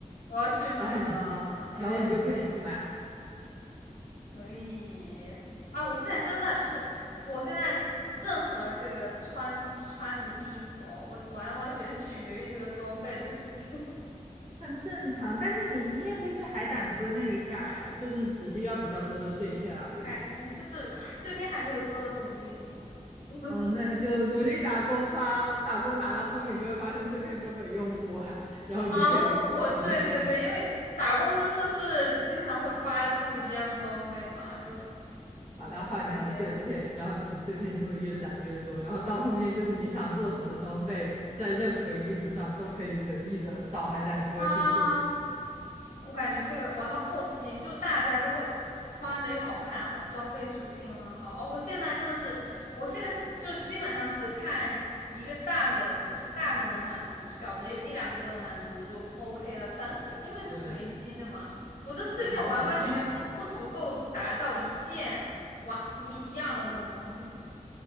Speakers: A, on the left; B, on the right.
A: 我要去买了，
B: 然后你去，
A: 有点有点
B: 然后你就可以去买，
A: 可以啊！我现在真的就是，我现在任何的这个穿穿的衣服哦，我完完全全取决于这个装备的属性。<laughs>
B: 很正常。但是你你也可以去海胆哥那里改啊，就是只是要比较多的碎片而已。
A: 哎，嗯，就是碎片还没有多到这种地步 <laughs>
B: 嗯，那就努力打工吧，打工打到后面你就会发现碎片根本用不完，然后你就可以疯狂的塞，
A: 啊！我我我，对对对，因为打工真的是经常会发，就是一样的装备嘛，就
B: 把它换成碎片，
A: 对我感觉
B: 然后你碎片就会越攒越多，然后到后面就是你想做什么装备，在任何衣服上都可以随意的找海胆哥去做。
A: 啊。我感觉这个玩到后期，就大家都会穿的又好看，然后装备属性又很好。哦，我现在真的是，我现在只就基本上只看一个大的，就是大的能满足，小的有一两个满足就 OK 了。反正就因为是随机的嘛，
B: 对。
A: 我这碎片完完全全不不足够打造一件完一一样的那种装备
B: 有小的真的很难穿。
A: <laughs>